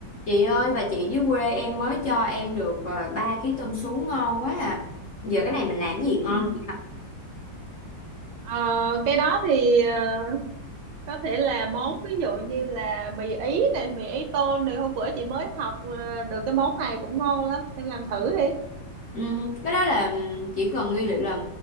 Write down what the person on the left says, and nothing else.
Chị ơi, bà chị dưới quê em mới cho em được à, ba ký tôm sú ngon quá à. Giờ cái này mình làm cái gì
ngon? chị ạ?
Ừm, cái đó là ừm, chỉ cần nguyên liệu là